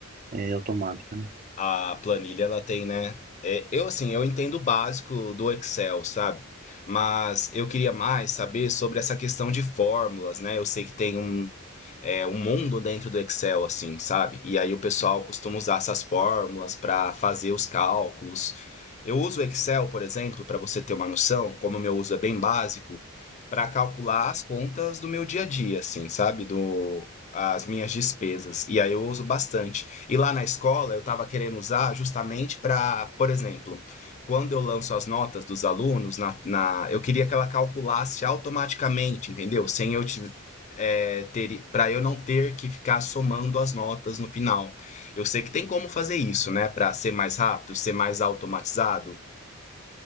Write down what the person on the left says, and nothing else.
A planilha, ela tem, né? É, eu, assim, eu entendo o básico do Excel, sabe? Mas eu queria mais saber sobre essa questão de fórmulas, né? Eu sei que tem um é, um mundo dentro do Excel, assim, sabe? E aí o pessoal costuma usar essas fórmulas para fazer os cálculos. Eu uso o Excel, por exemplo, para você ter uma noção, como o meu uso é bem básico, para calcular as contas do meu dia a dia, assim, sabe? Do, as minhas despesas. E aí eu uso bastante. E lá na escola eu estava querendo usar justamente para, por exemplo, quando eu lanço as notas dos alunos, na, na- eu queria que ela calculasse automaticamente, entendeu? Sem eu, ti- é, ter, para eu não ter que ficar somando as notas no final. Eu sei que tem como fazer isso, né? Para ser mais rápido, ser mais automatizado.